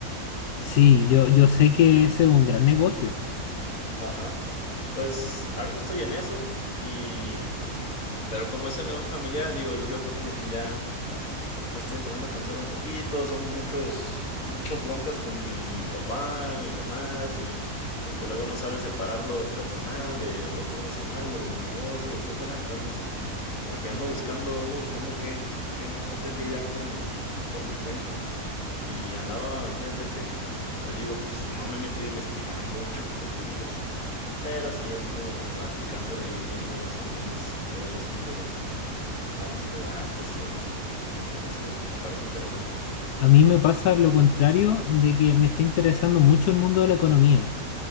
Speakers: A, on the left; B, on the left.
A: Sí, yo, yo sé que ese es un gran negocio.
B: Ajá. Pues ahorita estoy en eso y... Pero como es el negocio familiar, digo, yo como que ya me estoy empezando a cansar un poquito, son muchos, muchas broncas con mi papá y demás, y porque luego no sabes separar lo personal de lo profesional, del negocio, etcétera. Entonces, como que ando buscando, ando buscando qué, qué más hacer yo ya por mi, pues por mi cuenta. Y andaba, fíjate que, te digo, pues no me he metido a investigar mucho, que tú digas. Pero sí, así como que andaba picándole ahí, viendo más o menos todo ese asunto de análisis de datos y demás, porque pues me pareció, me parece interesante.
A: A mí me pasa lo contrario de que me está interesando mucho el mundo de la economía.